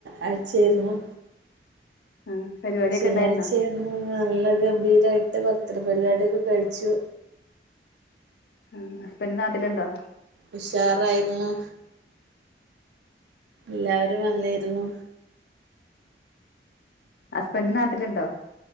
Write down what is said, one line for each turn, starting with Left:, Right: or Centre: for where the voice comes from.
Right: ആഴ്ച്ചേര്ന്നു.
Left: ആ പരിപാടിയൊക്കെ
Right: ശെന്യാഴ്ച്ചേര്ന്നു
Left: ഉണ്ടായിരുന്നോ
Right: നല്ല ഗംഭീരായിട്ട് ബർ ത്ത്ഡ പരിപാടിഒക്കെ കഴിച്ചു.
Left: ആ ഹസ്ബന്റ് നാട്ടില്ണ്ടോ?
Right: ഉഷാറായിര്ന്നു. എല്ലാവരും വന്നീര്ന്നു.
Left: ആ ഹസ്ബന്റ് നാട്ടില്ണ്ടോ?